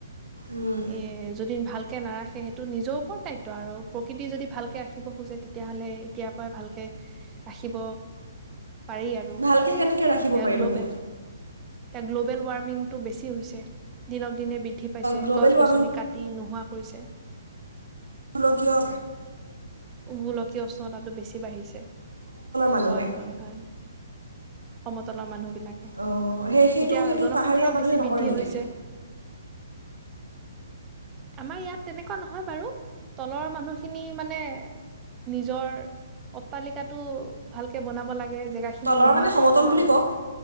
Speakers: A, on the right; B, on the right.
A: উম।
B: এ, যদি ভাল এতিয়া নাৰাখে সেইটো নিজৰ ওপৰত দায়িত্ব আৰু প্ৰকৃতি যদি ভালকে ৰাখিব খোজে তেতিয়াাহ'লে এতিয়াৰ পৰাই ভালকে ৰাখিব পাৰি আৰু,
A: ভালকৈ কেনেকৈ ৰাখিব
B: এতিয়া
A: পাৰি
B: গ্ল'বেল
A: মানে
B: এতিয়া গ্ল'বেল ৱাৰ্মিংটো বেছি হৈছে। <unintelligible> দিনক দিনে বৃদ্ধি পাইছে।
A: গ্ল'বেল
B: গছ-গছনি
A: ৱাৰ্মিং
B: কাত টি নোহোৱা কৰিছে।
A: লোকীয়
B: গোলকীয় উষ্ণতাটো বেছি বাঢ়িছে
A: মানুহে
B: হয়, হয়, হয়। সমতলৰ মানুহ বি লাকে।
A: অঁ সেই সেইটো
B: এতিয়া
A: সেইটো
B: জনসংখ্যাও
A: পাহাৰীয়া মানুহে
B: বেছি বৃদ্ধি
A: নকৰে
B: বৃদ্ধি
A: নেকি
B: হৈছে, আমাৰ ইয়াত তেনেকুৱা নহয় বাৰু। তলৰ মানুহখিনি মানে এ, নিজৰ অট্টালিকটো ভালকে বনাব লাগে। এ, জেগা খিনি
A: তলৰ
B: নোহোৱি
A: মানে সমতল
B: কৰি পেলাই
A: বুলি
B: আৰু
A: কওক